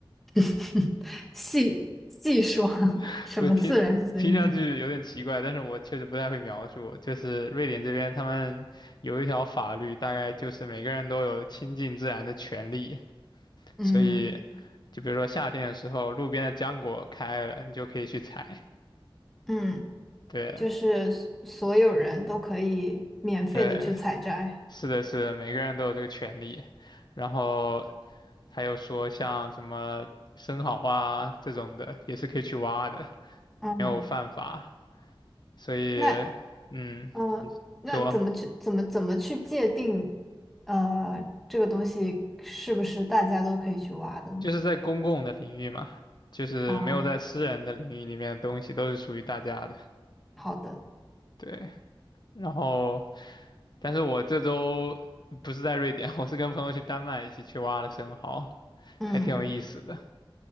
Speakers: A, in the centre; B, on the left.
A: <laughs> 细细说 <laughs>，
B: <laughs>
A: 什么自然资源？
B: 我听听上去有点奇怪，但是我确实不太会描述。就是瑞典这边他们有一条法律，大概就是每个人都有亲近自然的权利，
A: 嗯
B: 所以就比如说夏天的时候，路边的浆果开了，你就可以去采。
A: 嗯，
B: 对
A: 就是所所有人都可以免费的去采摘。
B: 对。是的，是的，每个人都有这个权利。然后还有说像什么生蚝啊这种的，也是可以去挖的，
A: 嗯，
B: 没有犯法。所以，
A: 那
B: 嗯，
A: 嗯呃，
B: 你说
A: 那怎么去怎么怎么去界定呃这个东西是不是大家都可以去挖的呢？
B: 就是在公共的领域嘛，就是没有在私人的领域里面的东西都是属于大家的。
A: 啊，好的，
B: 对，然后但是我这周不是在瑞典，我是跟朋友去丹麦一起去挖的生蚝，
A: 嗯，
B: 还挺有意思的。